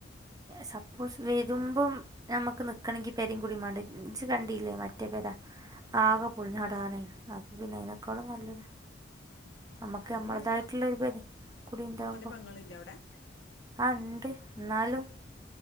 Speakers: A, on the right (about 20°); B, on the left (about 70°).
A: സപ്പോസ് വരുമ്പോ നമ്മക്ക് നിക്കണെങ്കി പെരേംകൂടി മേണ്ടേ ഉമ്മിച്ചി കണ്ടില്ലേ മറ്റേ പെര ആകെ പൊളിഞ്ഞടങ്ങി അപ്പ പിന്നെ അതിനെക്കാളും നല്ലത് നമ്മക്ക്
B: അതിലിന്
A: നമ്മളതായിട്ടുള്ള പേ <unintelligible>
B: ഓൻ്റെ പെങ്ങളില്ല അവിടെ
A: ആ ണ്ട് ന്നാലും